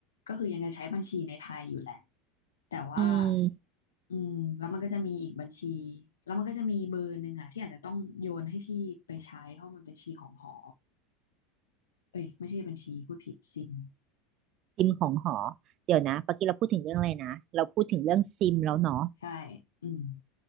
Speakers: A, on the left; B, on the right.
A: ก็คือยังจะใช้บัญชีในไทยอยู่แหละ แต่ว่า
B: อืม
A: อืมแล้วมันก็จะมีอีกบัญชี แล้วมันก็จะมีเบอร์หนึ่งอ่ะที่อาจจะต้องโยนให้พี่ไปใช้เพราะมันเป็นบัญชีของหอเอ้ยไม่ใช่บัญชีพูดผิดซิม
B: ซิมของหอ เดี๋ยวนะปกี้เราพูดถึงเรื่องอะไรนะ เราพูดถึงเรื่องซิมแล้วเนาะ
A: ใช่อืม